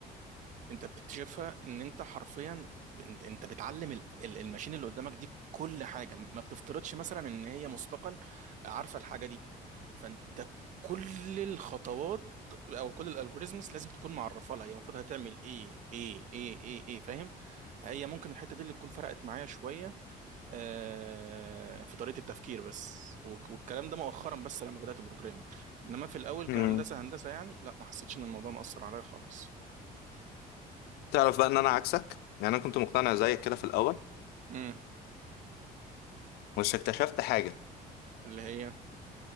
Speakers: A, on the right; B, on the left.
A: انت بتكتشفها ان انت حرفيا انت انت بتعلم ال- ال- الماشين اللي قدامك دي كل حاجه ما بتفترضش مثلا ان هي مسبقا عارفه الحاجه دي فانت كل الخطوات او كل الالجوريزمز لازم تكون معرفه لها هي المفروض هتعمل ايه ايه ايه ايه ايه فاهم هي ممكن الحته دي اللي تكون فرقت معايا شويه آه، في طريقه التفكير بس وك- والكلام ده مؤخرا بس لما بدات بروجرامنج انما في الاول كهندسه
B: مم.
A: هندسه يعني لا ما حسيتش ان الموضوع مأثر عليا خالص
B: تعرف بقى ان انا عكسك يعني انا كنت مقتنع زيك كده في الاول
A: امم
B: بس اكتشفت حاجه
A: اللي هي